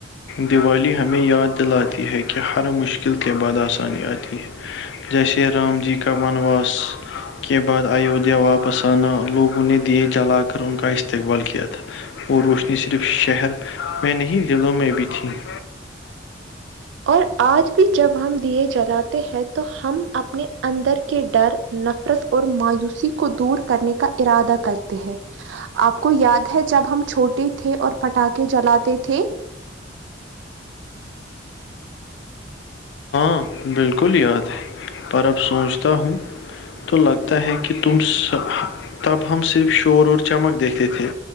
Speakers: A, on the left; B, on the right.
A: دیوالی ہمیں یاد دلاتی ہے کہ ہر مشکل کے بعد آسانی آتی ہے جیسے رام جی کا ونواس کے بعد ایودھیا واپس آنا لوگوں نے دیے جلا کر ان کا استقبال کیا تھا وہ روشنی صرف شہر میں نہیں دضلوں میں بھی تھی <inaudible>
B: اور آج بھی جب ہم دیے جلاتے ہیں تو ہم اپنے اندر کے ڈر نفرت اور مایوسی کو دور کرنے کا ارادہ کرتے ہیں آپ کو یاد ہے جب ہم چھوٹے تھے اور پٹاخے جلاتے تھے
A: ہاں بالکل یاد ہے پر اب سوچتا ہوں تو لگتا ہے کہ تم سب تب ہم صرف شور اور چمک دیکھتے تھے